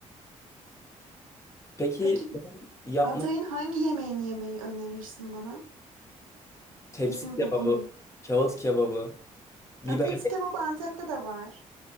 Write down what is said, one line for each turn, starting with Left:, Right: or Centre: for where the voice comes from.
Left: Peki
Right: Peki
Left: yapma
Right: Hatay'ın hangi yemeğini yemeyi önerirsin bana?
Left: tepsi
Right: Kesinlikle
Left: kebabı,
Right: bunu.
Left: kağıt kebabı, biber
Right: Ya, tepsi kebabı Antep'te de var.